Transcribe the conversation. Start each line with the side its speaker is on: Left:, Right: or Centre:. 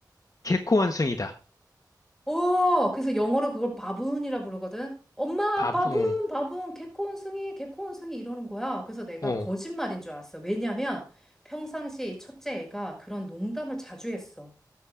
Left: 개코원숭이다.
Centre: 어, 그래서 영어로 그걸 바분이라 부르거든. 엄마,
Left: 밥,
Centre: 바분,
Left: 어,
Centre: 바분, 개코원숭이, 개코원숭이 이러는 거야. 그래서 내가
Left: 어.
Centre: 거짓말인 줄 알았어. 왜냐면 평상시 이 첫째 애가 그런 농담을 자주 했어.